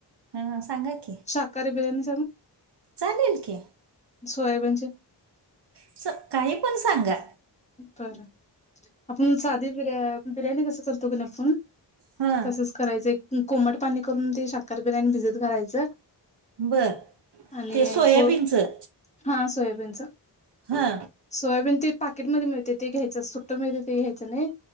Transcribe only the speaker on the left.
शाकाहारी बिर्याणी
सोयाबीनचे
बरं आपण साधी बिर्या बिर्याणी कसं करतो की नई आपुन
तसच करायचं एक कोमट पाणी करून ते शाखार बिर्याणी भिजत घालायचं
आणि
को हा सोयाबीनच
सोयाबीन ते पाकिटमध्ये मिळतंय ते घ्यायच सुट्ट मिळते ते घ्यायचं नाही